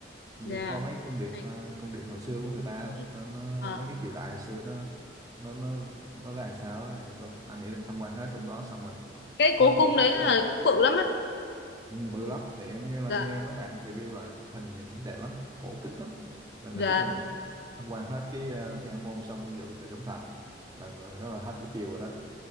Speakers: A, on the right; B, on the left.
A: mình
B: dạ
A: đi coi mấy cung điện
B: này
A: ờ, cung điện hồi xưa của người ta
B: cố cung
A: nó, nó
B: Ờ,
A: mấy cái triều đại hồi xưa nó nó nó nó ra làm sao đó thì coi, anh nghĩ tham quan hết trong đó xong rồi
B: cái
A: hết
B: cố cung
A: buổi
B: đấy
A: tức
B: là
A: là
B: cũng bự lắm á
A: ừ, bự lắm thì anh nghe là
B: dạ
A: nghe mấy bạn review là chụp hình nhìn đẹp lắm cổ kính lắm nên
B: dạ
A: là chắc là tham quan hết cái ờ, Thiên An Môn xong rồi vụ Tử Cấm Thành là đó là hết buổi chiều rồi đó